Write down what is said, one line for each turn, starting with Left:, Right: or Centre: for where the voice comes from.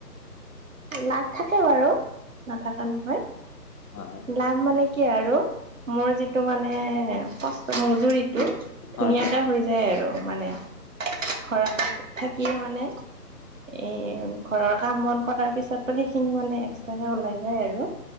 Right: লাভ থাকে বাৰু নাথাকা নহয়।
Left: হয়।
Right: লাভ মানে কি আৰু মোৰ যিটো মানে ক মজুৰিতটো
Left: হয়
Right: ধুনীয়া
Left: হয়
Right: এটা হৈ যায় আৰু মানে। ঘৰতৰত থাকিয়ে মানে। এ ঘৰৰ কাম বন কৰাৰ পিছতটো সেইখিনি মানে এক্সট্ৰাকে ওলাই যায় আৰু।